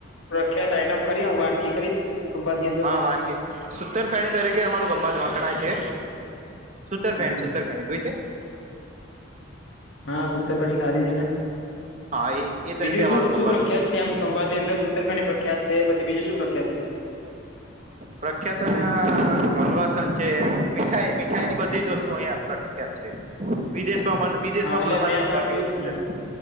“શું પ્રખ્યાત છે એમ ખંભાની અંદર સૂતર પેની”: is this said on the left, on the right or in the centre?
Left